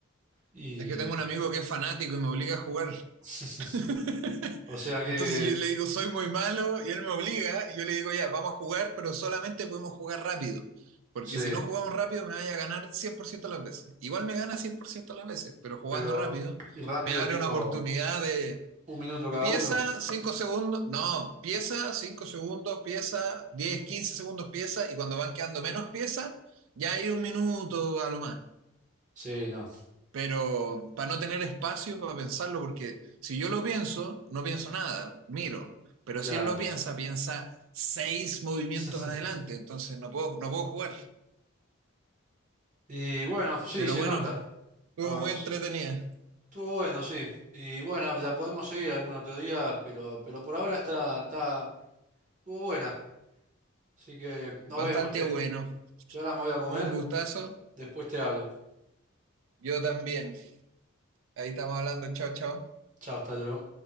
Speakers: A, on the right; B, on the right.
A: Y,
B: Es que tengo un amigo que es fanático y me obliga a jugar.
A: <laughs>
B: <laughs>
A: o sea
B: Entonces
A: que,
B: yo le digo, soy muy malo, y él me obliga, y yo le digo, ya, vamos a jugar, pero solamente podemos jugar rápido. Porque
A: sí,
B: si no jugamos rápido, me vaya a ganar 100% las veces. Igual me gana 100% las veces, pero jugando
A: pero
B: rápido
A: rápido,
B: me abre
A: tipo
B: una oportunidad de
A: un minuto cada
B: pieza,
A: uno.
B: 5 segundos, no, pieza, 5 segundos, pieza, 10 15 segundos, pieza, y cuando van quedando menos piezas, ya hay un minuto a lo más
A: Sí, no,
B: pero para no tener espacio para pensarlo, porque si yo lo pienso, no pienso nada, miro, pero
A: claro.
B: si él lo piensa, piensa seis movimientos
A: <laughs>
B: adelante, entonces no puedo, no puedo jugar.
A: Y bueno, sí,
B: Pero
A: se
B: bueno,
A: nota.
B: estuvo
A: Ah,
B: muy entretenida,
A: se- Estuvo bueno, sí. Y bueno, la podemos seguir algún otro día, pero, pero por ahora está, está, estuvo buena. Así que nos
B: bastante
A: vemos, che.
B: bueno,
A: Yo ahora me voy a comer,
B: un gustazo,
A: después te hablo.
B: yo también. Ahí estamos hablando, chao, chao.
A: Chao, hasta luego.